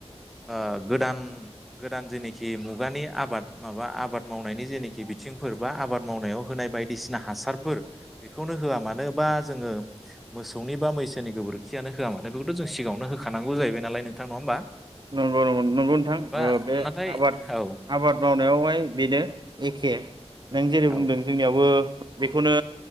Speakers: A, in the centre; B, on the right (about 40°).
A: ओ गोदान गोदान जेनेखि मुगानि आबाद माबा आबाद मावनायनि जेनिखि बिथिंफोर बा आबाद मावनायाव होनाय बायदिसिना हासारफोर बेखौनो होआ मानो बा जोङो मोसौनि बा मैसोनि गोबोरखियानो होआ मानो बेखौथ' जों सिगाङावनो होखानाय नांगौ जाहैबाय नालाय नोंथां नङा होमबा
B: नंगौ नंगौ नंगौ नोंथां
A: बा
B: ओ बे
A: नाथाय
B: आबाद
A: औ
B: आबाद मावनायावहाय बेनो एखे नों जेरै
A: औ
B: बुंदों जोंनियावबो बेखौनो